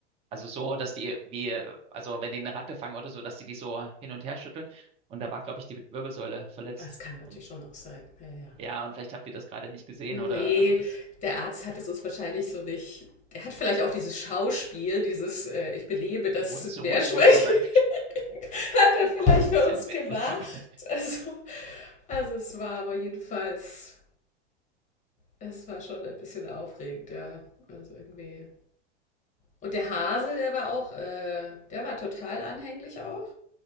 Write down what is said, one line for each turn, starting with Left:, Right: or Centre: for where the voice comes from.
Right: Also so, dass die, wie, also wenn die eine Ratte fangen oder so, dass die die so hin und her schütteln. Und da war, glaube ich, die Wirbelsäule verletzt.
Left: Das kann natürlich
Right: Und
Left: schon auch sein. Ja, ja.
Right: ja, und vielleicht habt ihr das gerade nicht gesehen
Left: Nee,
Right: oder, also das
Left: der Arzt hat es uns wahrscheinlich so nicht. Er hat vielleicht auch dieses Schauspiel, dieses äh, Ich belebe das
Right: Mund zu
Left: Meerschweinchen,
Right: Mund musste sein.
Left: <laughs> hat er
Right: <laughs>
Left: vielleicht
Right: Aber das
Left: für
Right: ist
Left: uns
Right: ja ein Witz.
Left: gemacht.
Right: <laughs>
Left: Also, also es war aber jedenfalls Es war schon ein bisschen aufregend, ja. Also irgendwie. Und der Hase, der war auch, äh, der war total anhänglich auch.